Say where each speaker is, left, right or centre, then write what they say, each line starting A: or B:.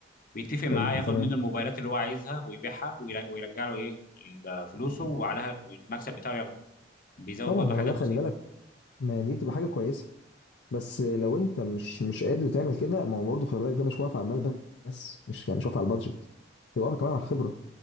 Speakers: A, on the left (about 50°); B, on the left (about 75°).
A: بيتفق معاه
B: حلو
A: ياخد
B: تمام
A: منه الموبايلات اللي هو عايزها ويبيعها وير- ويرجع له إيه ال- فلوسه وعليها والمكسب بتاعه ياخده بيزود
B: طبعا
A: برضه
B: ما
A: حاجات
B: هو ده خلي
A: بسيطة
B: بالك ما دي بتبقى حاجة كويسة بس لو انت مش مش قادر تعمل كده ما هو برضه خلي بالك ده مش واقف على المال بس مش يعني مش واقف على البادجت هي واقفه كمان على الخبره